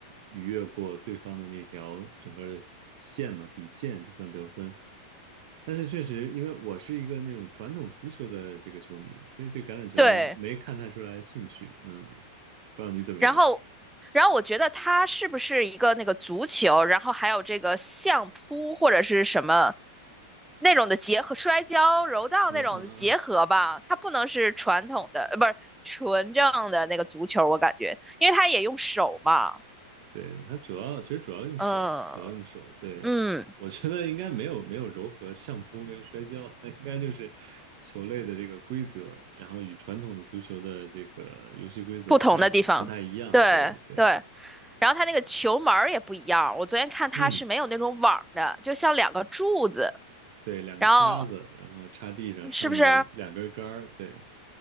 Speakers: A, on the right; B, in the centre.
A: 逾越过对方的那条整个的线嘛，底线就算得分。但是确实，因为我是一个那种传统足球的这个球迷，所以对橄榄球没看太出来兴趣。
B: 对。
A: 嗯，不知道你怎么样？
B: 然后，然后我觉得它是不是一个那个足球，然后还有这个相扑或者是什么那种的结合，摔跤、柔道那种的结合吧？
A: 嗯嗯嗯。
B: 它不能是传统的，呃，不是纯正的那个足球，我感觉，因为它也用手嘛，
A: 对，它主要其实主要用手，
B: 嗯
A: 主要用手。对，
B: 嗯，
A: 我觉得应该没有没有柔和相扑跟摔跤，<laughs> 它应该就是球类的这个规则，然后与传统的足球的这个游戏规则不太不太一样。
B: 不同的地方，对对。
A: 对对，
B: 然后它那个球门儿也不一样，我昨天看它是没有那种网儿的，
A: 嗯，
B: 就像两个柱子，
A: 对，两个叉子，
B: 然后
A: 然后插地上，
B: 嗯是不是？
A: 上面两根杆儿。对，